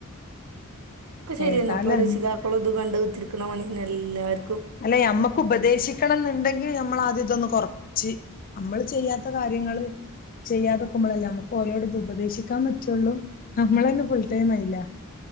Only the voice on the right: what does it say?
ശരിയന്നെ
ഇപ്പോ രക്ഷിതാക്കളും ഇത് കണ്ട് കുത്തിരിക്കണ പണിന്നെ എല്ലാർക്കും.